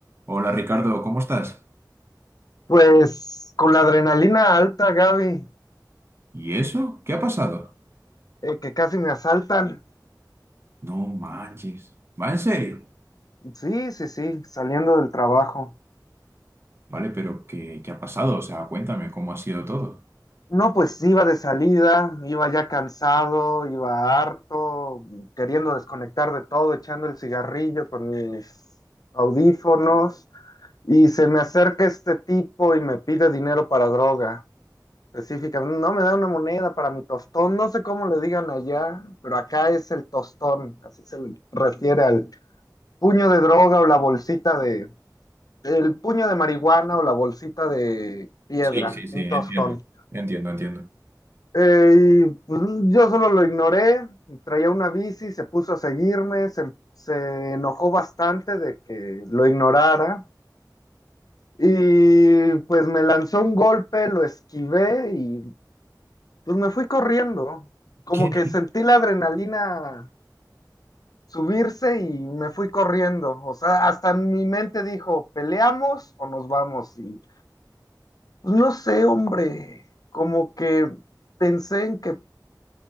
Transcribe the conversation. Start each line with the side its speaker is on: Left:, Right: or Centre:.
Right: Hola Ricardo, ¿cómo estás?
Left: Pues con la adrenalina alta, Gaby,
Right: ¿Y eso? ¿Qué ha pasado?
Left: eh, que casi me asaltan.
Right: No manches. ¿Va en serio?
Left: Sí, sí, sí, saliendo del trabajo.
Right: Vale, pero ¿qué, qué ha pasado? O sea, cuéntame cómo ha sido todo.
Left: No, pues iba de salida, iba ya cansado, iba harto, queriendo desconectar de todo, echando el cigarrillo con mis audífonos, y se me acerca este tipo y me pide dinero para droga. Específicamente, no me da una moneda para mi tostón, no sé cómo le digan allá, pero acá es el tostón, así se le refiere al puño de droga o la bolsita de, el puño de marihuana o la bolsita de piedra,
Right: Sí, sí, sí,
Left: un
Right: entiendo.
Left: tostón.
Right: Entiendo, entiendo.
Left: Eh, y pues, yo solo lo ignoré, traía una bici, se puso a seguirme, se, se enojó bastante de que lo ignorara y pues me lanzó un golpe, lo esquivé y pues me fui corriendo. Como
Right: ¿Qué?
Left: que sentí la adrenalina subirse y me fui corriendo. O sea, hasta mi mente dijo, ¿peleamos o nos vamos? Y Pues, No sé, hombre, como que pensé en que